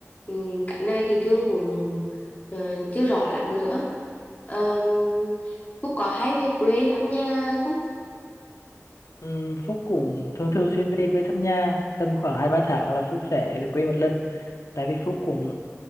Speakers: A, on the left; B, on the left.
A: ừm, cái này thì Thương cũng ờ, chưa rõ lắm nữa. Um, Phúc có hay về quê thăm nhà không?
B: Ừm, Phúc cũng thường thường xuyên về quê thăm nhà tầm khoảng hai ba tháng là Phúc sẽ về quê một lần tại vì Phúc cũng